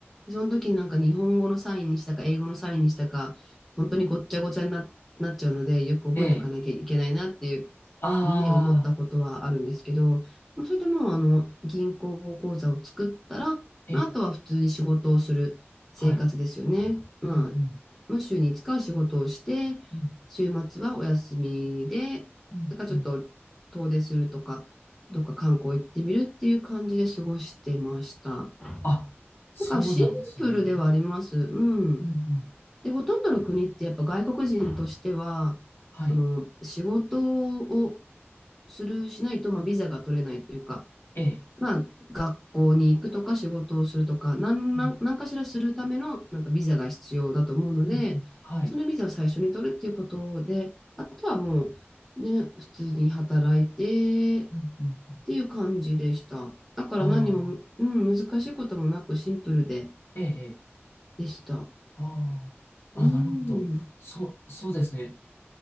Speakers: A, in the centre; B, on the left.
A: その時になんか日本語のサインにしたか英語のサインにしたか、本当にごっちゃごちゃにな、なっちゃうので、よく覚えておかなきゃいけないなっていう
B: ええ、ああ、
A: ね、思ったことはあるんですけど、それでもうあの銀行口座を作ったら、
B: ええ、
A: まあ、あとは普通に仕事をする生活ですよね。
B: はい、
A: まあ、
B: うん、うん、
A: まあ、週に5日は仕事をして、
B: うん、
A: 週末はお休みで、
B: うん、
A: だからちょっと遠出するとか、
B: うん、
A: どっか観光行ってみるっていう感じで過ごしてました。
B: あ、そうなんですね。
A: なんかシンプルではあります。うん。
B: うん、うん、
A: で、ほとんどの国ってやっぱ外国人としては、
B: はい、
A: その仕事をする、しないと、まあ、ビザが取れないというか、
B: ええ、
A: まあ、学校に行くとか仕事をするとか、なんなんかしらするためのなんかビザが必要だと思うので、
B: うん、うん、うんはい、
A: そのビザを最初に取るっていうことで、あとはもう、ね、普通に働いてっ
B: うん、うん、
A: ていう感じでした。だから何も、
B: ああ、
A: うん、難しいこともなくシンプルで
B: ええ、ええ
A: でした。
B: ああ、
A: うん、
B: あ、なるほど。そう、そうですね。